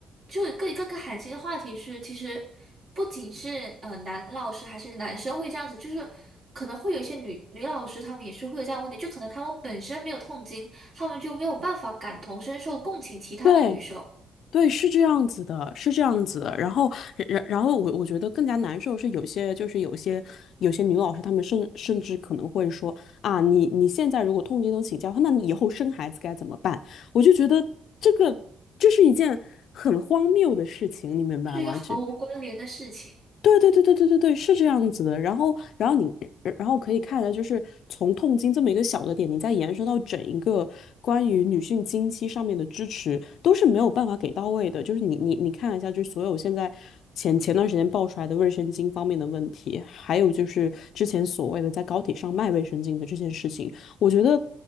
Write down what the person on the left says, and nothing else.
对对，是这样子的，是这样子的。然后，然然后我我觉得更加难受是有些就是有些有些女老师，她们甚甚至可能会说啊，你你现在如果痛经都请假的话，那你以后生孩子该怎么办？我就觉得这个这是一件很荒谬的事情，你明白吗？
就对对对对对对对，是这样子的。然后，然后你，呃然后可以看下，就是从痛经这么一个小的点，你再延伸到整一个关于女性经期上面的支持，都是没有办法给到位的。就是你你你看一下，就是所有现在前前段时间爆出来的卫生巾方面的问题，还有就是之前所谓的在高铁上卖卫生巾的这件事情，我觉得。